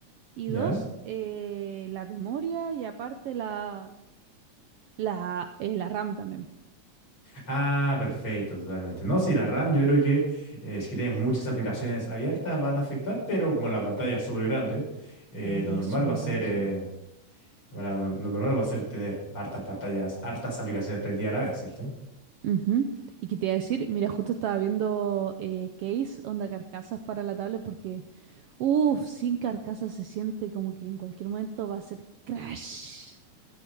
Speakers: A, on the right (about 85°); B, on the left (about 40°).
A: y
B: ¿Ya?
A: dos, eh, la memoria y aparte la, la, eh, la RAM también.
B: Ah, perfecto, totalmente. No, sí, la RAM, yo creo que eh, si tienes muchas aplicaciones abiertas van a afectar, pero como la pantalla es súper grande, eh,
A: La pantalla
B: lo normal
A: es súper
B: va a ser,
A: grande. sí.
B: eh, bueno, lo lo normal va a ser tener hartas pantallas, hartas aplicaciones prendidas a la vez, ¿cierto?
A: Ujú. Y que te iba a decir, mira, justo estaba viendo eh, case, onda carcasas para la tablet porque, uff, sin carcasas se siente como que en cualquier momento va a ser crash.